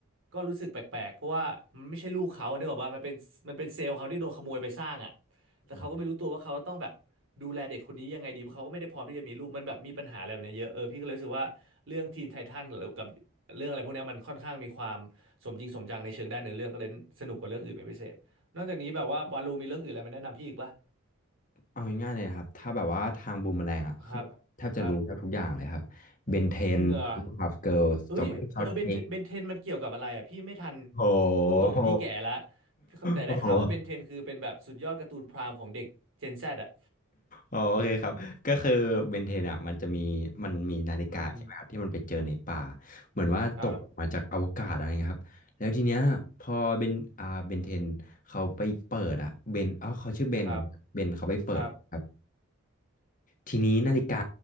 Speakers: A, on the right; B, on the left.
A: ก็รู้สึกแปลกๆเพราะว่ามันไม่ใช่ลูกเขาเนี่ยหรอกว่ามันเป็นมันเป็นเซลล์เขาที่โดนขโมยไปสร้างอ่ะแต่เขาก็ไม่รู้ตัวว่าเขาต้องแบบดูแลเด็กคนนี้ยังไงดีเพราะเขาก็ไม่ได้พร้อมที่จะมีลูกมันแบบมีปัญหาอะไรแบบเนี้ยเยอะเออพี่ก็เลยรู้สึกว่าเรื่องทีนไททันหรือกับ
B: อืม
A: เรื่องอะไรพวกเนี้ยมันค่อนข้างมีความสมจริงสมจังในเชิงด้านเนื้อเรื่องก็เลยสนุกกว่าเรื่องอื่นเป็นพิเศษนอกจากนี้แบบว่าวาลูมีเรื่องอื่นอะไรมาแนะนำพี่อีกปะ
B: เอาง่ายๆเลยนะครับถ้าแบบว่าทางบูมแมลงอ่ะคือแทบจะรู้แทบทุกอย่างเลยครับเบนเทนครับเกิร์ลสตรอเบอรี่ช็อตเค้ก
A: ครับครับจริงเหรอเอ้ยเออเบนเบนเทนมันเกี่ยวกับอะไรอ่ะพี่ไม่ทัน
B: โอ้
A: พูดตรงพี่แก่ละ
B: โห
A: ครับแต่ได้ข่าวว่าเบนเทนคือเป็นแบบสุดยอดการ์ตูนพรามของเด็กเจนแซดอ่ะ
B: โอ้โหอ๋อโอเคครับก็คือเบนเทนอ่ะมันจะมีมันมีนาฬิกาใช่ไหมครับที่มันไปเจอในป่า
A: อืม
B: เหมือนว่าตกมาจากอวกาศอะไรเงี้ยครับแล้วทีเนี้ยพอเบนอ่าเบนเทนเขาไปเปิดอ่ะเบนอ๋อเขาชื่อเบนเนอะเบนเขาไปเปิดครับ
A: ครับครับครับ
B: ทีนี้นาฬิกา